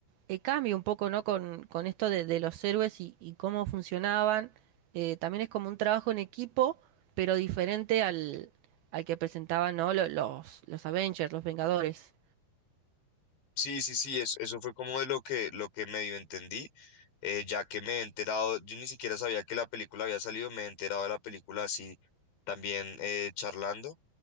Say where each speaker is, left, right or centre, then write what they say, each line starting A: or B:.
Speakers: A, on the right (about 80°); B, on the left (about 80°).
A: eh, cambia un poco, ¿no? Con, con esto de, de los héroes y, y cómo funcionaban. Eh, también es como un trabajo en equipo, pero diferente al, al que presentaban, ¿no? Lo- Los, los Avengers, los Vengadores.
B: Sí, sí, sí, eso, eso fue como de lo que, lo que medio entendí, eh, ya que me he enterado, yo ni siquiera sabía que la película había salido, me he enterado de la película así también eh, charlando.